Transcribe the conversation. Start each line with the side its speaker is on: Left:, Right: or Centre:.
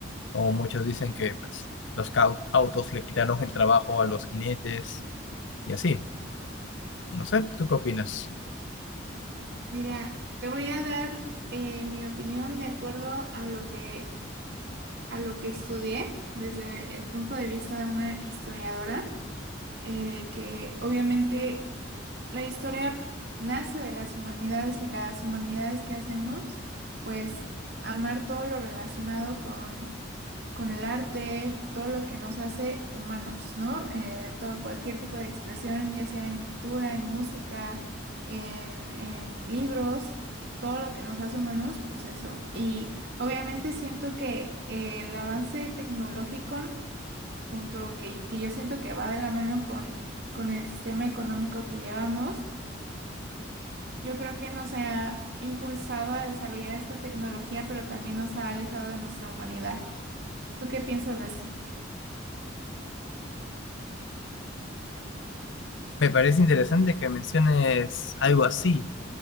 Left: como muchos dicen que pues, los cau- autos le quitaron el trabajo a los jinetes y así. No sé, ¿tú qué opinas?
Right: Mira, te voy a dar eh, mi opinión de acuerdo a lo que, a lo que estudié desde el punto de vista de una historiadora, eh, que obviamente la historia nace de las humanidades y las humanidades que hacemos, pues amar todo lo relacionado con, con el arte, todo lo que nos hace humanos, ¿no? Eh, todo, cualquier tipo de expresión, ya sea en pintura, en música, en, en libros, todo lo que nos hace humanos, pues eso. Y obviamente siento que eh, el avance tecnológico, junto que, que yo siento que va de la mano con, con el sistema económico que llevamos, yo creo que nos ha impulsado a desarrollar esta tecnología, pero también nos ha alejado de nuestra humanidad. ¿Tú qué piensas de esto?
Left: Me parece interesante que menciones algo así,